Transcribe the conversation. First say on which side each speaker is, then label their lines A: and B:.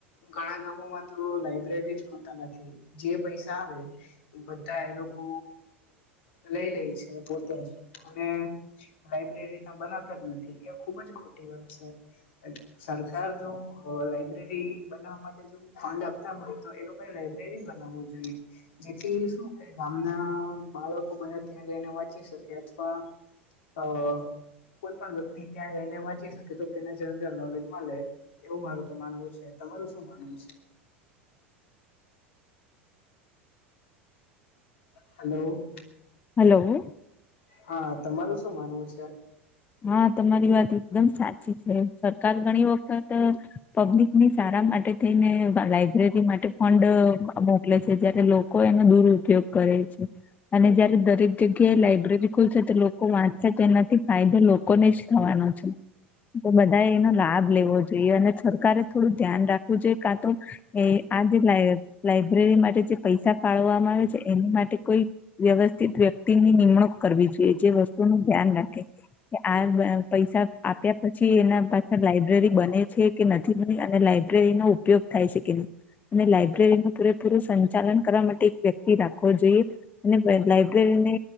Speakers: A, on the left; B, on the left.
A: ઘણા ગામોમાં તો લાઈબ્રેરી જ ખોલતા નથી જે પૈસા આવે એ બધા એ લોકો અ લઈ લે છે પોતે અને લાઈબ્રેરી ત્યા બનાવતા જ નથી એ ખુબ જ ખોટી વાત છે. સરકાર જો લાઈબ્રેરી બનાવવા માટે ફંડ આપતા હોય તો એ લોકો એ લાઈબ્રેરી બનાવવો જોઈએ. જેથી શું કે ગામના બાળકો બધા ત્યાં જઈને વાંચી શકે અથવા અ કોઈ પણ વ્યક્તિ ત્યાં જઈને વાંચી શકે તો તેને જનરલ નોલેજ મલે. એવું મારું તો માનવું છે તમારું શું માનવું છે હાલો
B: હલો
A: હા તમારું શું માનવું છે
B: હા તમારી વાત એકદમ સાચી છે સરકાર ઘણી વખત પબ્લિકની સારા માટે થઈને લાઈબ્રેરી માટે ફંડ મોકલે છે જયારે લોકો એનો દુરઉપયોગ કરે છે. અને જયારે દરેક જગ્યાએ લાઈબ્રેરી ખુલશે તો લોકો વાંચશે તેનાથી ફાયદો લોકો ને જ થવાનો છે. તો બધાએ એનો લાભ લેવો જોઈએ અને સરકારે થોડું ધ્યાન રાખવું જોઈએ કા તો એ આ જે લાઈ લાઈબ્રેરી માટે જે પૈસા ફળવામાં આવે છે એની માટે કોઈ વ્યવસ્થિત વ્યક્તિની નિમણૂક કરવી જોઈએ જે વસ્તુ નું ધ્યાન રાખે. કે આ પૈસા આપ્યા પછી એના પાછળ લાયબ્રેરી બને છે કે નથી બની અને લાઈબ્રેરી નો ઉપયોગ થાય છે કે નહી અને લાયબ્રેરીનું પૂરેપૂરું સંચાલન કરવા માટે એક વ્યક્તિ રાખવો જોઈએ. અને લાઈબ્રેરીને